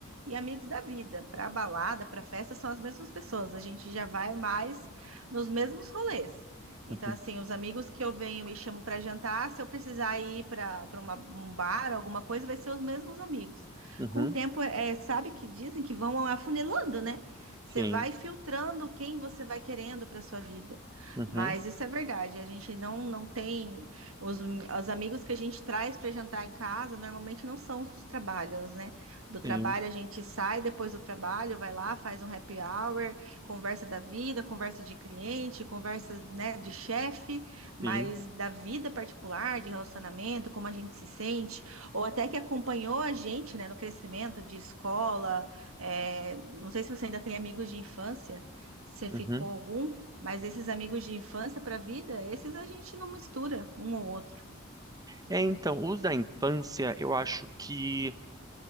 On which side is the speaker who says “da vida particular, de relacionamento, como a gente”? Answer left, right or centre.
Right